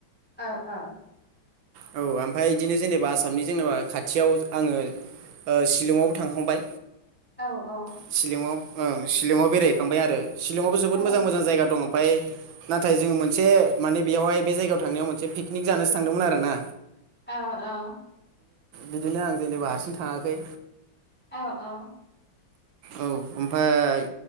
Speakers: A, in the centre; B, on the right (about 85°).
A: औ औ
B: औ ओमफाय इदिनो जेनेबा आसामनि जेनेबा खाथियाव आंङो ओ शिलंङावबो थांखांबाय
A: औ औ
B: शिलंआव ओं शिलंङाव बेरायहैखांबाय आरो शिलंङावबो जोबोद
A: औ
B: मोजां मोजां जायग दं ओमफाय नाथाय जोंङो मोन से माने बेयावहाय बे जायगायाव थांनायाव मोनसे पिकनिक जानोसो थांदोंमोन आरो ना
A: औ औ
B: बिदिनो आं जेनेबा हारसिं थाङाखै
A: औ औ
B: औ ओमफ्राय